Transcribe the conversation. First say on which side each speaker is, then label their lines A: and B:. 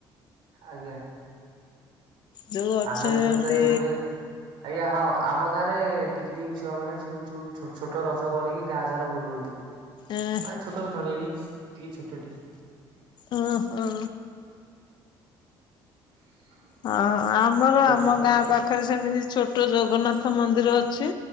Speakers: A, on the right; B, on the left.
A: ଆଜ୍ଞା।
B: ଯୋଉ ଅଛନ୍ତି
A: ଆମର ବି ସେମିତି ତାହେଲେ ହୁଏ। ଆଜ୍ଞା ହଁ ଆମ ଗାଁ ରେ ଟିକି ଟିକି ଛୁଆ ମାନେ ସବୁ ଯୋଉ ଛୋଟ ଛୋଟ ରଥ କରିକି ଗାଁ ସାରା ବୁଲନ୍ତି।
B: ଏଁ
A: ମାନେ ଛୋଟ ଛୋଟ ଭଳିଆ ଏଡିକି ଟିକେ ଛୋଟ ଟେ।
B: ଓ ହୋ।
A: <inaudible>
B: ହଁ ଆମର
A: ଛୋଟ
B: ଆମ
A: ଛୁଆ ଗୋଟେ
B: ଗାଁ ପାଖରେ ସେମିତି ଛୋଟ ଜଗନ୍ନାଥ ମନ୍ଦିର ଅଛି।